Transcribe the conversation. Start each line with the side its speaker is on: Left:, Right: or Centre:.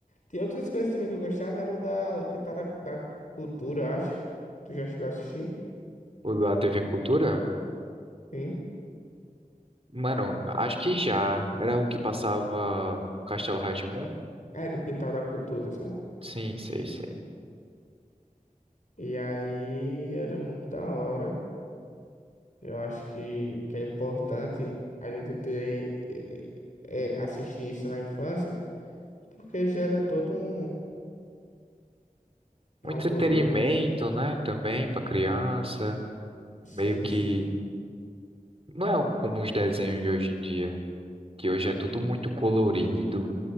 Left: Tinha outras coisas também que eu gostava, era o da, o Quintal da, da Cultura, eu acho. Tu já chegou a assistir?
Right: O da TV Cultura?
Left: Sim.
Right: Mano, acho que já. Era o que passava Castelo rá tim
Left: Era o Quintal da Cultura, sabe?
Right: Sim, sei, sei.
Left: E aí era muito da hora. Eu acho que, que é importante a gente ter, eh, eh, eh, assistir isso na infância. Porque gera todo um
Right: um entretenimento,
Left: alvoroço.
Right: né? Também para criança,
Left: Sim,
Right: meio que
Left: sim,
Right: não é como os desenhos de hoje em dia, que hoje é tudo muito colorido,